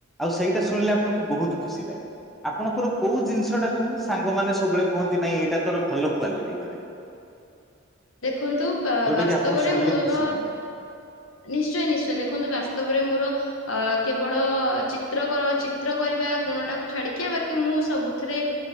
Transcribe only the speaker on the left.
ଦେଖନ୍ତୁ
ବାସ୍ତବରେ
ମୋର
ନିଶ୍ଚୟ ନିଶ୍ଚୟ ଦେଖନ୍ତୁ ବାସ୍ତବ ରେ ମୋର କେବଳ ଚିତ୍ର କର ଚିତ୍ର କରିବା ଗୁଣ ଟାକୁ ଛାଡିକି ବାକି ମୁଁ ସବୁଥିରେ